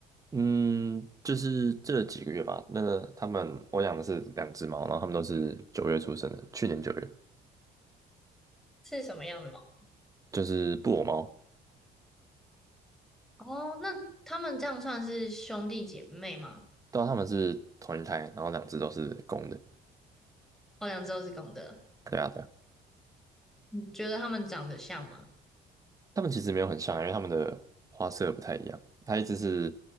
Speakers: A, on the right (about 20°); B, in the centre.
A: 嗯，就是这几个月吧。那个他们，我养的是两只猫，然后他们都是九月出生的，去年九月，
B: 是什么样的猫？
A: 就是布偶猫。
B: 哦，那它们这样算是兄弟姐妹吗？
A: 但他们是同一胎，然后两只都是公的。
B: 我两只都是公的。
A: 对啊，对啊。
B: 你觉得它们长得像吗？
A: 他们其实没有很像啊，因为他们的花色不太一样。它一只是